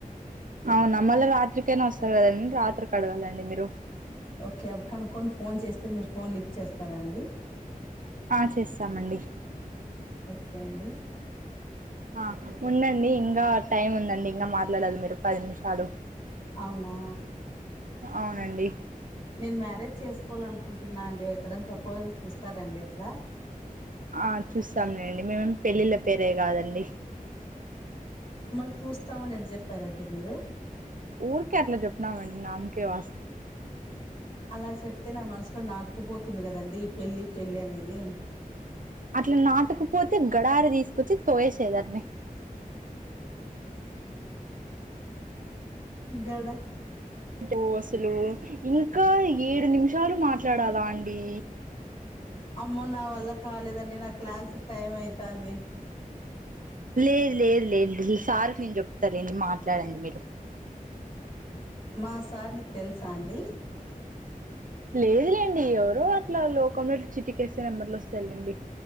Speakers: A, on the right (about 65°); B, on the left (about 40°).
A: అవునా మళ్ళీ రాత్రికైనా వస్తారు కదండి రాత్రికైన అడగాలండి మీరు
B: ఓకే అప్పుడు కనుక్కొని ఫోన్ చేస్తే మీరు ఫోన్ లిఫ్ట్ చేస్తారాండి
A: ఆ చేస్తామండి
B: ఓకే అండి
A: ఆ ఉండండి ఇంగ టైం ఉందండి ఇంకా మాట్లాడాలి మీరు పది నిమిషాలు
B: అవునా
A: అవునండి
B: నేన్ మ్యారేజ్ చేసుకోవాల అనుకుంటున్నా అండి ఎక్కడైనా ప్రపోజల్ చూస్తారండి ఎట్లా
A: ఆ చూస్తాంలేండి మేమేం పెళ్ళిళ్ళ పేరే కాదండి
B: మళ్ చూస్తామని ఎట్ చెప్పారండి మీరు
A: ఊర్కే అట్లా జప్పనామండి నామ్కే వాస్
B: అలా చెప్తే నా మనసులో నాటుకుపోతుంది కదండి ఈ పెళ్లిపెళ్లిి అనేది
A: అట్లా నాటుక్పోతే గడారి తీసుకొచ్చి తోేయేసేయ్ దాన్ని <inaudible>
B: గడా
A: ఒ అసలు ఇంకా ఏడు నిమిషాలు మాట్లాడాలా అండి
B: అమ్మో నా వల్ల కాలేదండి నాక్ క్లాస్ టైం అయితంది
A: లేద్ లేద్ లేద్ ఈ సార్కి నేన్ చెప్తాలేండి మాట్లాడండి మీరు
B: మా సార్ నీక్ తెలుసా అండి
A: లేదులేండి ఎవరు అట్లా లోకంలో చిట్టికేస్తె నెంబర్లు వస్తయ్లేండి